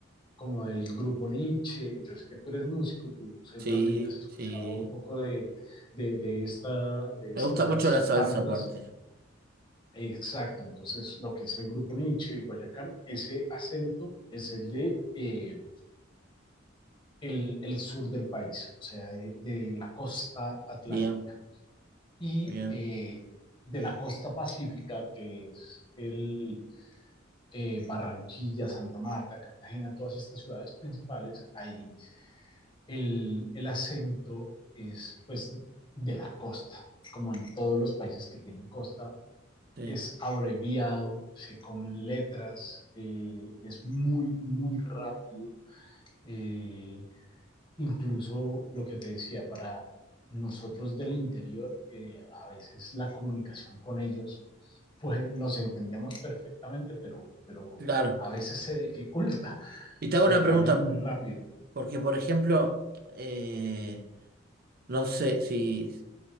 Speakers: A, on the left; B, on the right.
A: como del grupo Nietzsche. Yo sé que tú eres músico, tú seguramente
B: Sí,
A: has escuchado
B: sí.
A: un poco de, de, de esta, de
B: Me
A: estas
B: gusta mucho la salsa
A: bandas.
B: aparte.
A: Exacto, entonces lo que es el grupo Nietzsche y Guayacán, ese acento es el de eh, el, el, sur del país, o sea, de, de la costa atlántica.
B: Bien,
A: Y
B: bien,
A: eh, de la costa pacífica, que es el eh, Barranquilla, Santa Marta, Cartagena, todas estas ciudades principales, ahí el, el acento es pues de la costa, como en todos los países que tienen costa,
B: sí.
A: es abreviado, se comen letras, eh, es muy, muy rápido. Eh, incluso lo que te decía, para nosotros del interior, eh, a veces la comunicación con ellos, pues nos entendemos perfectamente, pero, pero
B: Claro.
A: a veces se dificulta
B: Y te hago
A: porque
B: una pregunta,
A: hablan muy rápido.
B: porque por ejemplo, eh, no sé, si,